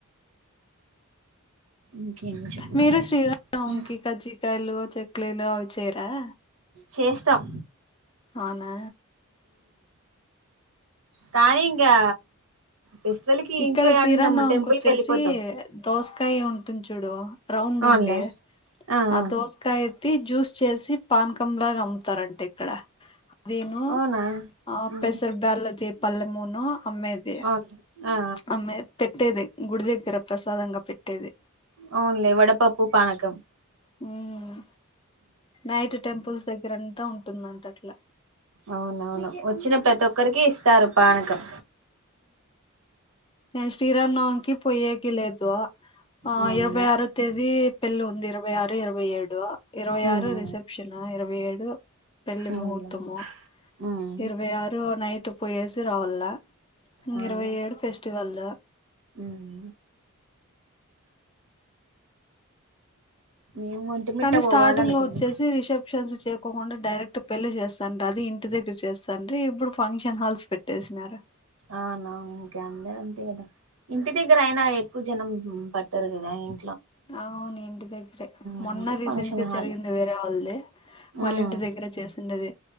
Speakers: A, on the right; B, on the left.
A: ఇంకేం చెప్పాలి
B: మీరు శ్రీ రామనవమి
A: ఉమ్,
B: కి <unintelligible> కల్ చెెక్లీలు అవి చేయరు ఆ
A: చేస్తాం
B: అవునా
A: కానీ ఇంకా ఫెస్టివల్ కి
B: ఇక్కడ
A: ఇంట్లో
B: శ్రీరామనవమి
A: ఏడుంటాము టెంపుల్
B: కి వచ్చేసి
A: వెళ్ళిపోతాం
B: దోసకాయ ఉం పట్తుం చూడు రౌండ్
A: అవునులే
B: ఉండడి
A: ఆ
B: అద
A: ఆ
B: ఒక్కయితి జ్యూస్ చ్చసి పానకంలాగా అమ్ముతారంటే ఇక్కడ అదేను
A: అవునా
B: ఆ
A: ఉమ్,
B: పెసర్ బ్యాలద పల్మూను హమేది
A: అవును ఆ ఆ
B: ఆమె పెట్టేది గుడి దగ్గర ప్రసాదంగా పెట్టేది
A: అవునులే వడపా పూ పనకం
B: హ నైట్ టెంపుల్స్ దగ్గ దగ్గరంతా ఉంటుందంట అట్లా
A: అవునవును వచ్చిన ప్రతి ఒక్కరికి ఇస్తారు పానకం
B: నేను శ్రీరాన్నవంకి పోయ్యేకి లేదు ఆ
A: అవునులే
B: ఇరవై ఆరు తేదీ పెళ్లి ఉంది ఇరవై ఆరు ఇరవై ఏడు ఇరవై
A: ఉమ్
B: ఆరు రిసెప్షన్ ఇరవై ఏడు పెళ్లి
A: అవునులే
B: ముహూర్తము
A: ఉమ్
B: ఇరవై ఆరు నైట్ ఇటు పోయేసి రావల ఇ
A: అవునులే
B: ఇరవై ఏడు ఫెస్ట్ వల్ల
A: ఉమ్ మేము ఒంటిమిట్ట
B: కానీ
A: పోవాలనుకున్నాం
B: స్టార్టింగ్ లో వచ్చేసి రిసెప్షన్స్ చె కుండా డైరెక్ట్ పెళ్లి చేస్తాండది ఇంటి దగ్గర చేస్తాండ్రి ఇప్పుడు ఫంక్షన్ హాల్స్ పెట్టేసినారు
A: అవునా ఓకే అందరు అంతే కదా ఇంటి దగ్గర అయినా ఎక్కువ జనం పట్టరు కదా ఇం
B: అవును ఏంటి గ్గరే మొన్న
A: అంటే
B: రీసెంట్
A: ఫంక్షన్
B: గా
A: హాల్
B: జరిగింది వేరే వాళ్ళది వాళ్ళ
A: ఉమ్
B: ఇంటి దగ్గరే చేస్తుండేది